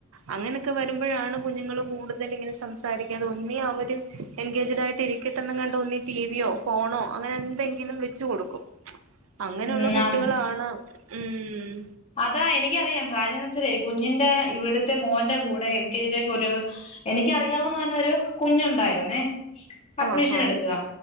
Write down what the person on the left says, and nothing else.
ഉം
അത്
അതാ എനിക്കറിയാം കാര്യംന്ന് വെച്ചേ കുഞ്ഞിന്റെ ഇവിടുത്തെ മോന്റയ് കൂടെ എൽ കെ ജയിലേക്ക് ഒരു എനിക്കറിയാവന്ന് പറഞ്ഞെ ഒരു കുഞ്ഞുണ്ടായിുന്നേ അഡ്മിഷൻ
എടുത്തതാ